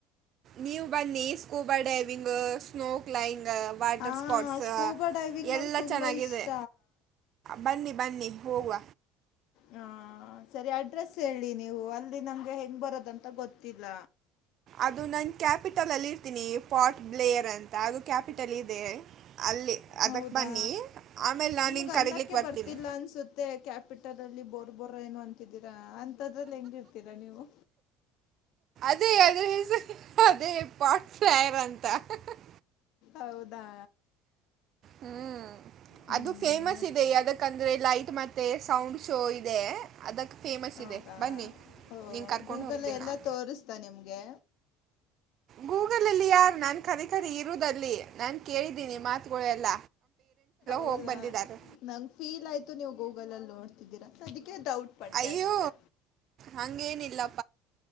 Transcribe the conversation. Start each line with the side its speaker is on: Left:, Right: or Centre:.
Right: ನೀವು ಬನ್ನಿ ಸ್ಕೂಬಾ ಡೈವಿಂಗ್ ಸ್ನೋ ಕ್ಲೈಂಗ್ ವಾಟರ್
Left: ಹ
Right: ಸ್ಪಾಟ್ಸ್
Left: ಸ್ಕೂಬಾ ಡೈವಿಂಗ್
Right: ಎಲ್ಲ
Left: ನನಗೆ ತುಂಬಾ
Right: ಚೆನ್ನಾಗಿದೆ
Left: ಇಷ್ಟ
Right: ಬನ್ನಿ ಬನ್ನಿ ಹೋಗುವ
Left: ಹಾ ಸರಿ ಅಡ್ರೆಸ್ ಹೇಳಿ ನೀವು ಅಲ್ಲಿ ನಮ್ಗೆ ಹೆಂಗ್ ಬರೋದಂತ ಗೊತ್ತಿಲ್ಲ
Right: ಅದು ನನ್ ಕ್ಯಾಪಿಟಲ್ ಅಲ್ಲಿ ಇರ್ತೀನಿ ಪಾಟ್ ಬ್ಲೇಯರ್ ಅಂತ ಅದು ಕ್ಯಾಪಿಟಲ್ ಇದೆ ಅಲ್ಲಿ ಅದಕ್ಕೆ
Left: ಹೌದಾ
Right: ಬನ್ನಿ ಆಮೇಲೆ ನಾನು
Left: ನಿಮಗ್
Right: ಹಿಂಗೆ
Left: ಅನ್ನಕ್ಕೆ
Right: ಕರೀಲಿಕ್ಕೆ ಬರ್ತೀನಿ
Left: ಬರ್ತಿಲ್ಲ ಅನ್ಸುತ್ತೆ ಕ್ಯಾಪಿಟಲ್ ಅಲ್ಲಿ ಬೋರ್ ಬೋರ ಏನು ಅಂತಿದ್ದೀರಾ ಅಂತದ್ರಲ್ಲಿ ಹೆಂಗಿರ್ತೀರಾ ನೀವು
Right: ಅದೇ ಅದ ಅದೇ ಪಾಟ್ರಂತ <unintelligible>
Left: ಹೌದಾ
Right: ಹ್ಮ್
Left: ಹ್ಮ್
Right: ಅದು ಫೇಮಸ್ ಇದೆ ಯಾ್ದಕ್ಕಂದ್ರೆ ಲ ಮತ್ತೆ ಸೌಂಡ್ ಶೋ ಇದೆ ಅದಕ್ಕೆ ಫೇಮಸ್
Left: ಹೌದಾ
Right: ಇದೆ ಬನ್ನಿ
Left: ಹ
Right: ನಿಂಗೆ ಕರ್ಕೊಂಡು
Left: ಗೂಗಲ್
Right: ಹೋಗ್ತೀನಿ
Left: ಎಲ್ಲಾ
Right: ನಾನು
Left: ತೋರಿಸತ ನಿಮ್ಗೆ
Right: ಗೂಗಲ್ ಅಲ್ಲಿ ಯಾರು ನಾನು ಕರಿ ಕರಿ ಇರುದಲ್ಲಿ ನಾನು ಕೇಳಿದ್ದೀನಿ ಮಾತುಗಳು ಎಲ್ಲ
Left: ಹೌದಾ
Right: ಹೋಗಿ ಬಂದಿದ್ದಾರೆ
Left: ನಂಗ್ ಫೀಲ್ ಆಯ್ತು ನೀವು ಗೂಗಲ್ ಅಲ್ಲಿ ನೋಡ್ತಿದ್ದೀರಾ ಅದಕ್ಕೆ ಡೌಟ್ ಪಟ್ಟೆ
Right: ಅಯ್ಯೋ
Left: ಅಷ್ಟೆ
Right: ಹಂಗೇನಿಲ್ಲ